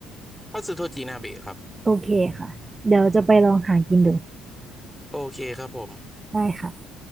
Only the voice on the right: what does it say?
โอเคค่ะเดี๋ยวจะไปลองหากินดู
ได้ค่ะ